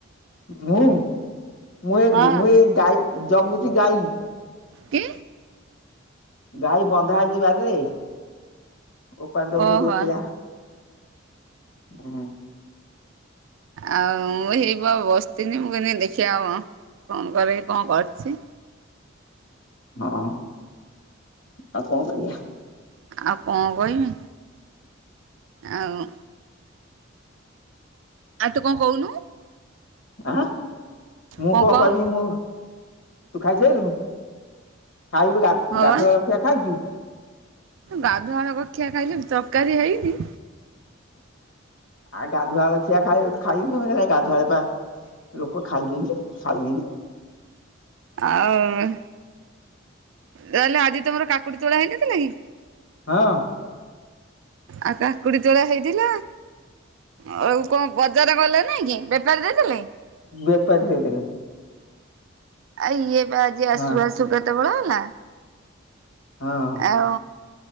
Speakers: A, on the left; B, on the right.
A: ମୁଁ, ମୁଁ ଏଇ
B: ହଁ
A: ମୁଁ ଏଇ ଗାଈ ଜଗୁଚି ଗାଈ।
B: କି?
A: ଗାଈ ବନ୍ଧା ହେଇଚି ବାରିରେ। ଉପାଡି ଦବ
B: ଓହୋ
A: କରିବ କିଳା। ହୁଁ।
B: ଆଉ ମୁଁ ହେଇପା ବସିଥିନି। ମୁଁ କହିନୀ ଦେଖିବା ଫୋନ୍ କରିକି କଣ କରିଚି।
A: ହଁ ଆଉ କଂ କରିଆ।
B: ଆଉ କଁ କଇମି ଆଉ ଆ ତୁ କଂ କହୁନୁ?
A: ଆଁ ମୁଁ
B: କଣ
A: କଂ
B: କହ
A: କହିବି ମୁଁ- - ତୁ ଖାଇ ସାଇଲୁ। ଖାଇବୁ ଗାଧୁଆ
B: ହଁ ବା
A: ବେଳ ଖିଆ ଖାଇଚୁ।
B: ଗାଧୁଆ ବେଳ ଖିଆ ଖାଇଦେବି। ତରକାରୀ ହେଇନି।
A: ଆ ଗାଧୁଆ ବେଳ ଖିଆ ଖାଇ ଖାଇନୁ ଗାଧୁଆ ବେଳେ ପା ଲୋକ ଖାଇଲେଣିି ଖାଇଲେଣିି।
B: ଆଉ ତାହେଲେ ଆଜି ତମର କାକୁଡି ତୋଳା ହେଇନଥିଲା କି?
A: ହଁ।
B: ଆଉ କାକୁଡି ତୋଳା ହେଇଥିଲା? ଆଉ କଣ ବଜାର ଗଲେ ନେଇଁକି ବେପାରୀ ଦେଇଦେ ଲେ?
A: ବେପାରି ଦେଇଦେଲି।
B: ଆ ଇଏ ପା ଆଜି ଆସୁ
A: ହଁ
B: ଆସୁ କେତେ ବେଳ ହେଲା।
A: ହଁ
B: ଆଉ